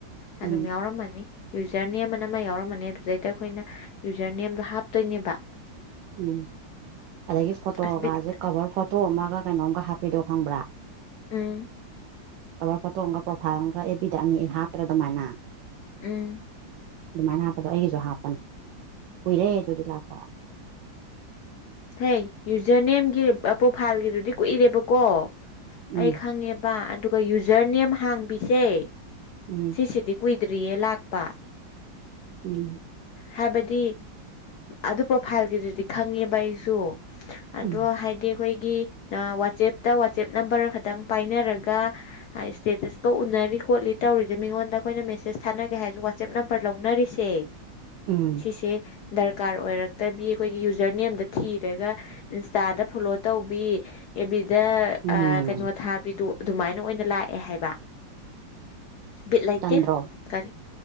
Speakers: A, on the left; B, on the right.
A: ꯑꯗꯨꯝ
B: ꯎꯝ
A: ꯌꯥꯎꯔꯝꯃꯅꯤ ꯌꯨꯖꯔ ꯅꯦꯝ ꯑꯅ ꯑꯃ ꯌꯥꯎꯔꯝꯃꯅꯦ ꯑꯗꯨꯗꯩꯗ ꯑꯩꯈꯣꯏꯅ ꯌꯨꯖꯔ ꯅꯦꯝꯗꯣ ꯍꯥꯞꯇꯣꯏꯅꯦꯕ
B: ꯎꯝ ꯑꯗꯒꯤ ꯐꯣꯇꯣꯒꯁꯦ
A: ꯑꯁ ꯕꯤꯠ
B: ꯀꯕꯔ ꯐꯣꯇꯣ ꯑꯃꯒ ꯀꯩꯅꯣꯝꯒ ꯍꯥꯞꯄꯤꯗꯣ ꯈꯪꯕ꯭ꯔꯥ
A: ꯑ
B: ꯀꯕꯔ ꯐꯣꯇꯣ ꯑꯃꯒ ꯄ꯭ꯔꯣꯐꯥꯏꯜ ꯑꯃꯒ ꯑꯦ ꯕꯤꯗ ꯑꯅꯤ ꯍꯥꯞꯇ꯭ꯔꯥ ꯑꯗꯨꯃꯥꯏꯅ
A: ꯎꯝ
B: ꯑꯗꯨꯃꯥꯏꯅ ꯍꯥꯞꯄꯗꯣ ꯑꯩꯒꯤꯁꯨ ꯍꯥꯞꯄꯅꯤ ꯀꯨꯏꯔꯦ ꯑꯗꯨꯗꯤ ꯂꯥꯛꯄ
A: ꯍꯩ ꯌꯨꯖꯔ ꯅꯦꯝꯒꯤ ꯄ꯭ꯔꯣꯐꯥꯏꯜꯒꯤꯗꯨꯗꯤ ꯀꯨꯏꯔꯦꯕꯀꯣ
B: ꯎꯝ
A: ꯑꯩ ꯈꯪꯉꯦꯕ ꯑꯗꯨꯒ ꯌꯨꯖꯔ ꯅꯦꯝ ꯍꯥꯡꯕꯤꯁꯦ
B: ꯎꯝ
A: ꯁꯤꯁꯤꯗꯤ ꯀꯨꯏꯗ꯭ꯔꯤꯌꯦ ꯂꯥꯛꯄ
B: ꯎꯝ
A: ꯍꯥꯏꯕꯗꯤ ꯑꯗꯨ ꯄ꯭ꯔꯣꯐꯥꯏꯜꯒꯤꯗꯨꯗꯤ ꯈꯪꯉꯦꯕ ꯑꯩꯁꯨ
B: ꯎꯝ
A: ꯑꯗꯨꯗꯣ ꯍꯥꯏꯗꯤ ꯑꯩꯈꯣꯏꯒꯤ ꯋꯥꯆꯦꯞꯇ ꯋꯥꯆꯦꯞ ꯅꯝꯕꯔ ꯈꯛꯇꯪ ꯄꯥꯏꯅꯔꯒ ꯏꯁꯇꯦꯇꯁꯀꯧ ꯎꯅ ꯈꯅꯔꯤ ꯈꯣꯠꯂꯤ ꯇꯧꯔꯤꯁꯦ ꯃꯤꯉꯣꯟꯗ ꯑꯩꯈꯣꯏꯅ ꯃꯦꯁꯦꯁ ꯊꯥꯅꯒꯦ ꯍꯥꯏꯁꯦ ꯋꯥꯆꯦꯞ ꯅꯝꯕꯔ ꯂꯧꯅꯔꯤꯁꯦ
B: ꯎꯝ
A: ꯁꯤꯁꯦ ꯗꯔꯀꯥꯔ ꯑꯣꯏꯔꯛꯇꯕꯤ ꯑꯩꯈꯣꯏꯒꯤ ꯌꯨꯖꯔ ꯅꯦꯝꯗ ꯊꯤꯔꯒ ꯏꯟꯁꯇꯥꯗ ꯐꯣꯂꯣ ꯇꯧꯕꯤ ꯁꯤꯗ
B: ꯎꯝ
A: ꯀꯩꯅꯣ ꯊꯥꯕꯤꯗꯨꯣ ꯑꯗꯨꯃꯥꯏꯅ ꯑꯣꯏꯅ ꯂꯥꯛꯑꯦ ꯍꯥꯏꯕ ꯕꯤꯠ ꯂꯩꯇꯦ
B: ꯇꯟꯗ꯭ꯔꯣ
A: ꯀꯔꯤ